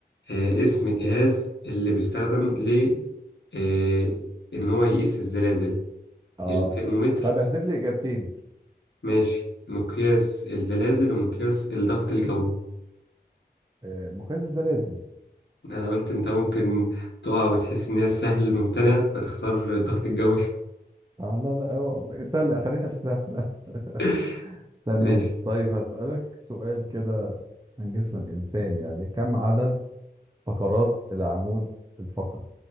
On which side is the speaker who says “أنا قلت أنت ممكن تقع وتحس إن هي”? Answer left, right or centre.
Left